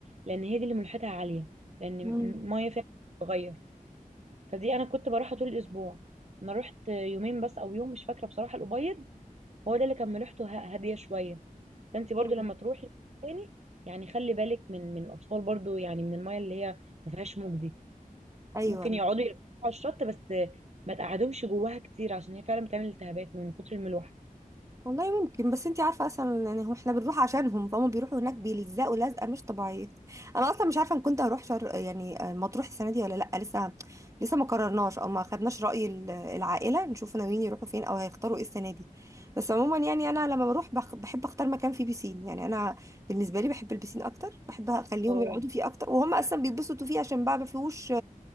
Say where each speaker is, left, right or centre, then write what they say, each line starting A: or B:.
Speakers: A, on the right (about 50°); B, on the right (about 20°).
A: لان هي دي اللي ملوحتها عاليه لان الميه
B: مم.
A: فيها بتتغير فدي انا كنت بروحها طول الاسبوع انا رحت يومين بس او يوم مش فاكره بصراحه الابيض هو ده اللي كان ملوحته ه- هاديه شويه فانت برضو
B: ايوه
A: لما تروحي تاني يعني خلي بالك من من الاطفال برضو يعني من المايه اللي هي ما فيهاش موج دي
B: ايوه
A: ممكن يقعدوا يلعبوا على الشط بس ما تقعدهمش جواها كتير عشان هي فعلا بتعمل التهابات من كتر الملوحه
B: والله ممكن بس انتي عارفه اصلا يعني هم احنا بنروح عشانهم فهم بيروحوا هناك بيلزقوا لزقه مش طبيعيه انا اصلا مش عارفه ان كنت هروح شر يعني مطروح السنه دي ولا لا لسه لسه ما قررناش او ما خدناش راي ال- العائله نشوف ناويين يروحوا فين او هيختاروا ايه السنه دي بس عموما يعني انا لما بروح بخ- بحب اختار مكان فيه بيسين يعني انا بالنسبه لي بحب البيسين اكتر بحب اخليهم
A: اه
B: يقعدوا فيه اكتر وهم اصلا بيتبسطوا فيه عشان بقى ما فيهوش